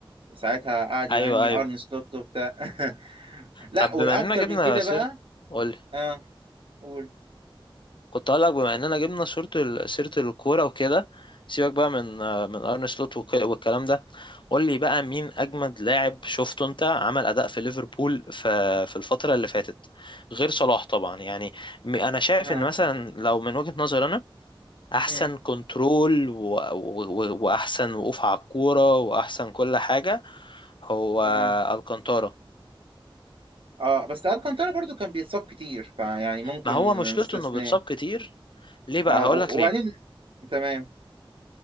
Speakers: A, on the right; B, on the left.
A: ساعتها قعد يهني
B: ايوه ايوه
A: ارن سلوت وبتاع <laughs> لا
B: طب
A: والاكتر
B: بما اننا جبنا
A: من كده
B: سيرة
A: بقى
B: قول
A: اه قول
B: كنت هقول لك بما اننا جبنا سيره ال- سيره الكوره وكده سيبك بقى من آه، من ارن سلوت وك- والكلام ده قول لي بقى مين اجمد لاعب شفته انت عمل اداء في ليفربول في في الفتره اللي فاتت غير صلاح طبعا يعني م- انا شايف
A: اه
B: ان مثلا لو من وجهه نظري انا احسن
A: مم.
B: كنترول و... و... و... واحسن وقوف على الكوره واحسن كل حاجه هو
A: تمام
B: الكانتارا
A: اه بس الكانتارا برضو كان بيتصاب كتير فيعني ممكن
B: ما هو مشكلته
A: نستثناه
B: انه بيتصاب كتير ليه بقى
A: اه
B: هقول
A: و-
B: لك
A: وبعدين
B: ليه
A: تمام